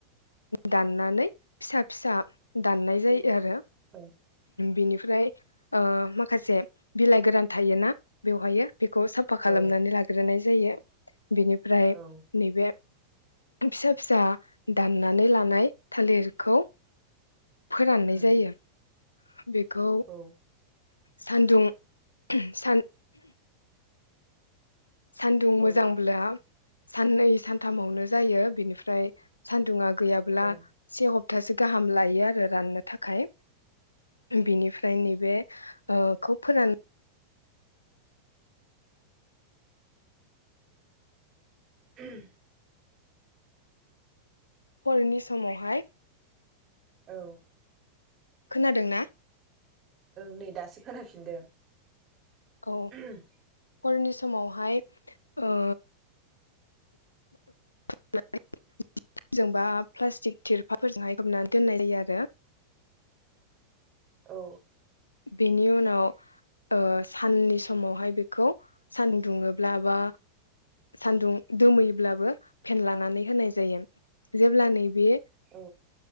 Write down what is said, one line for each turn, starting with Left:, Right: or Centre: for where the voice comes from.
Left: दाननानै फिसा-फिसा दाननाय जायो
Right: औ
Left: आरो
Right: औ
Left: बेनिफ्राय ओ मा खासे बिलाइ गोरान थायोना बेवहायो बेखौ साफा खालामनानै
Right: औ
Left: लाग्रोनाय जायो बिनिफ्राय
Right: औ
Left: नैबे फिसा-फिसा दाननानै लानाय थालिरखौ फोराननाय
Right: उम
Left: जायो बेखौ
Right: औ
Left: सान्दुं सान सान्दुं
Right: ओ
Left: मोजांब्ला साननै सानथामावनो जायो बिनिफ्राय सान्दुंङा गैयाब्ला
Right: औ
Left: से हब हाबथासे गाहाम लायो आरो राननो थाखाय बिनिफ्राय नैबे ओ खौ फोरान
Right: <inaudible>
Left: हरनि समावहाय
Right: औ
Left: खोनादों ना
Right: ओं नै दासो खोनाफिनदों <inaudible>
Left: औ हरनि समावहाय ओ <unintelligible> जों बा प्लास्टिक थिरफाल फोरजोंहाय खोबनानै दोननाय जायो आरो
Right: औ
Left: बेनि उनाव ओ साननि समावहाय बेखौ सानदुं दुङोब्ला बा सानदुं दोमैयोब्लाबो फेनलानानै होनाय जायो जेब्ला नैबे
Right: औ